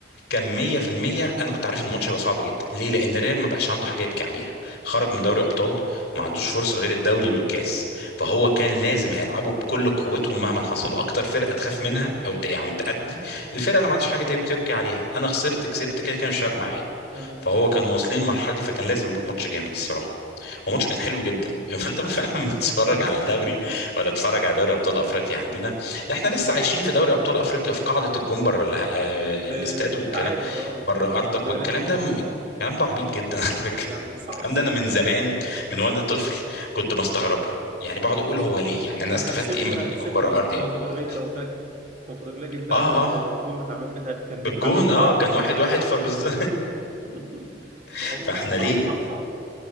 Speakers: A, on the left (about 60°); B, on the right (about 45°).
A: كان 100% انا كنت عارف ان الماتش هيبقى صعب جدا ليه لان الريال ما بقاش عنده حاجه يبكي عليها خرج من دوري ابطال
B: تمام
A: وما عندوش فرصه غير الدوري والكاس فهو كان لازم هيلعبوا بكل قوتهم مهما حصل واكتر فرقه تخاف منها او ت- يعني تأدي الفرقه اللي ما عندهاش حاجه تب- تبكي عليها انا خسرت كسبت كده كان مش فارقه معايا
B: تمام
A: فهو كان واصلين المرحله دي فكان لازم يبقى ماتش جامد الصراحه هو ماتش كان حلو جدا <laughs> فانت فعلا بتتفرج
B: <laughs>
A: على الدوري ولا تتفرج على دوري ابطال افريقيا عندنا احنا لسه عايشين في دوري ابطال افريقيا في قاعده الجون بره اله- آه،
B: آه،
A: الاستاد والكلام
B: التعادل اه
A: بره ارضك
B: بهدفين
A: والكلام ده الكلام ده عبيط جدا على فكره
B: يعني
A: <laughs>
B: صعب
A: الكلام
B: صعب
A: ده انا من زمان من وانا طفل كنت بستغربه يعني بقعد اقول هو ليه يعني انا
B: ده
A: استفدت
B: احنا كسبنا
A: ايه اما جبت
B: كسبنا
A: جون بره
B: الكونفدرالية
A: ارضي او جوه ارضي
B: لو فاكر الكونفدرالية جبناها
A: اه
B: بال-
A: اه
B: بالجون بتاع من بتاع كان
A: بالجون
B: بالتعادل بره
A: اه
B: أرضك
A: كان واحد
B: ها.
A: واحد فبز...
B: <laughs>
A: <laughs>
B: فهو
A: فاحنا
B: صعب
A: ليه
B: حق صعب